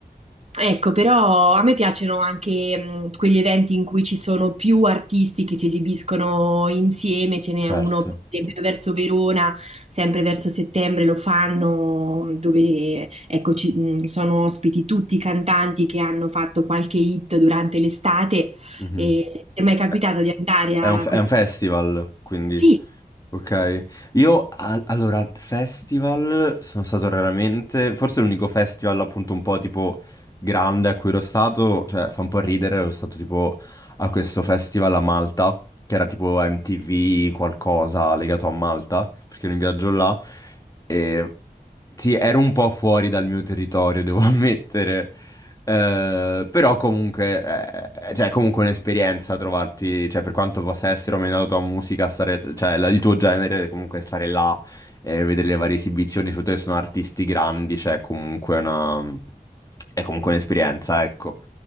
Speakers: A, on the right; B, on the left.
A: ecco, però a me piacciono anche mh, quegli eventi in cui ci sono più artisti che si esibiscono insieme, ce n'è
B: certo.
A: uno per esempio verso Verona, sempre verso settembre lo fanno, dove ecco, ci- mh, sono ospiti tutti i cantanti che hanno fatto qualche hit durante l'estate.
B: Mhm.
A: E, ti è mai capitato
B: È
A: di andare
B: è
A: a
B: un,
A: questo?
B: è un festival, quindi,
A: Sì.
B: ok. Io, a- allora, festival sono stato raramente, forse l'unico festival appunto un po' tipo grande a cui ero stato, cioè fa un po' ridere, ero stato tipo a questo festival a Malta, che era tipo MTV qualcosa legato a Malta, perché ero in viaggio là, e sì, ero un po' fuori dal mio territorio, devo <laughs> ammettere. Eh, però comunque, eh, eh, cioè, è comunque un'esperienza trovarti, cioè, per quanto possa essere o meno la tua musica, stare, cioè, la- il tuo genere, comunque stare là e vedere le varie esibizioni, soprattutto se sono artisti grandi, cioè, è comunque una, è comunque un'esperienza, ecco.